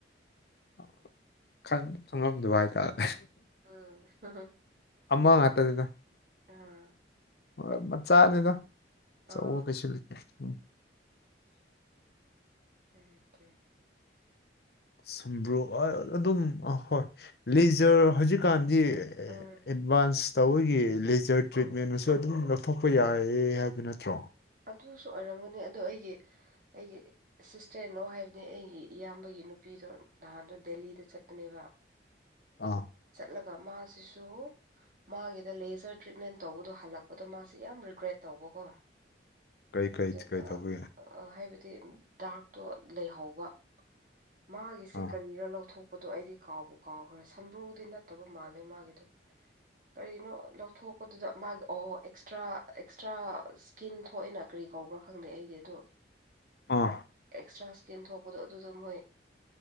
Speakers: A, on the left; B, on the right.
A: <inaudible> ꯁꯪꯐꯝꯝꯗꯨ ꯍꯥꯏꯇꯥꯔꯦ
B: ꯎ ꯍ
A: ꯑꯃ ꯉꯇꯗ
B: ꯑꯥ
A: ꯍꯣꯏ ꯃꯆꯥꯅꯤꯅ ꯑ
B: ꯑꯣ
A: ꯀꯩꯁꯨꯂꯨꯀꯦ ꯎꯝ
B: ꯎꯝꯀꯦ
A: ꯁꯝꯕ꯭ꯔꯨ ꯑꯗꯨꯝ ꯑ ꯍꯣꯏ ꯂꯖꯔ ꯍꯧꯖꯤꯛ ꯀꯥꯟ ꯑꯦꯗꯚꯥꯟꯁ
B: ꯎꯝ
A: ꯇꯧꯕꯒꯤ ꯂꯦꯖꯔ ꯇ꯭ꯔꯤꯠꯃꯦꯟꯁꯨ ꯑꯗꯨꯝ ꯂꯧꯊꯣꯛꯄ ꯌꯥꯏꯌꯦ ꯍꯥꯏꯕ ꯅꯠꯇ꯭ꯔꯣ
B: ꯑꯗꯨꯁꯨ ꯑꯣꯏꯔꯝꯒꯅꯤ ꯑꯗꯨ ꯑꯩꯒꯤ ꯑꯩꯒꯤ ꯁꯤꯁꯇꯔꯅꯣ ꯍꯥꯏꯕꯅꯦ ꯑꯩꯒꯤ ꯏꯌꯥꯝꯕꯒꯤ ꯅꯨꯄꯤꯗꯣ ꯅꯍꯥꯟꯗꯣ ꯗꯦꯜꯂꯤꯗ ꯆꯠꯄꯅꯦꯕ
A: ꯑꯥ
B: ꯆꯠꯂꯒ ꯃꯥꯁꯤꯁꯨ ꯃꯥꯒꯤꯗ ꯂꯦꯖꯔ ꯇ꯭ꯔꯤꯠꯃꯦꯟ ꯇꯧꯕꯗꯣ ꯍꯜꯂꯛꯄꯗꯣ ꯃꯥꯁꯤ ꯌꯥꯝ ꯔꯤꯒ꯭ꯔꯦꯠ ꯇꯧꯕꯀꯣ
A: ꯀꯩ ꯀꯩ
B: ꯑꯗꯨꯒ
A: ꯀꯔꯤ ꯊꯧꯕꯒꯦ
B: ꯍꯥꯏꯕꯗꯤ ꯗꯥꯛꯛꯇꯣ ꯂꯩꯍꯧꯕ ꯃꯥꯒꯤꯁꯦ
A: ꯑꯥ
B: ꯀꯔꯤꯔ ꯂꯧꯊꯣꯛ ꯄꯣꯠꯇꯣ ꯑꯩꯗꯤ ꯀꯥꯎꯕ ꯀꯥꯎꯈ꯭ꯔꯦ ꯁꯝꯕ꯭ꯔꯨꯗꯤ ꯅꯠꯇꯕ ꯃꯥꯜꯂꯦ ꯃꯥꯒꯤꯗꯣ ꯀꯔꯤꯅꯣ ꯂꯧꯊꯣꯛꯄꯗꯨꯗ ꯃꯥꯒꯤ ꯑꯣ ꯑꯦꯛꯁꯇ꯭ꯔꯥ ꯑꯦꯛꯁꯇ꯭ꯔꯥ ꯁ꯭ꯀꯤꯟ ꯊꯣꯛꯏꯅ ꯀꯔꯤ ꯀꯧꯕ꯭ꯔꯥ ꯈꯪꯗꯦ ꯑꯩꯗꯤ ꯑꯗꯣ
A: ꯑꯥ
B: ꯑꯦꯛꯁꯇ꯭ꯔꯥ ꯇꯦꯟꯊꯣꯛꯄꯗꯣ ꯑꯗꯨꯗ ꯃꯣꯏ